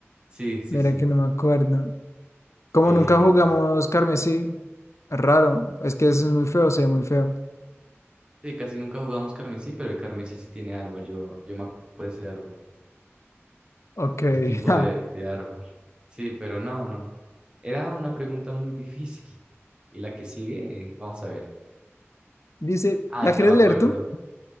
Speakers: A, on the right; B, on the left.
A: Sí, sí,
B: Mira
A: sí.
B: que no me acuerdo. Como
A: Eh,
B: nunca jugamos carmesí, raro. Es que eso es muy feo, se ve muy feo.
A: sí, casi nunca jugamos carmesí, pero el carmesí sí tiene árbol. Yo, yo me acuerdo de ese árbol,
B: Ok.
A: ese tipo
B: <laughs> ja.
A: de, de árbol. Sí, pero no, no. Era una pregunta muy difícil. <laughs> Y la que sigue, eh, vamos a ver.
B: Dice,
A: Ah,
B: ¿la
A: esta
B: quieres
A: me acuerdo.
B: leer tú?